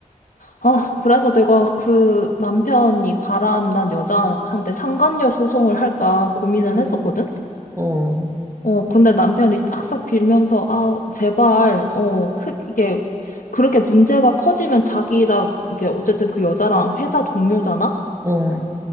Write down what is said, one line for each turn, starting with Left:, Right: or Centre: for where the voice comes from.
Left: 아, 그래서 내가 그 남편이 바람난 여자한테 상간녀 소송을 할까 고민을
Right: 음,
Left: 했었거든?
Right: 어,
Left: 어, 근데 남편이 싹싹 빌면서, 아, 제발, 어, 크, 이게, 그렇게 문제가 커지면 자기랑, 이게, 어쨌든 그 여자랑 회사 동료잖아?
Right: 어.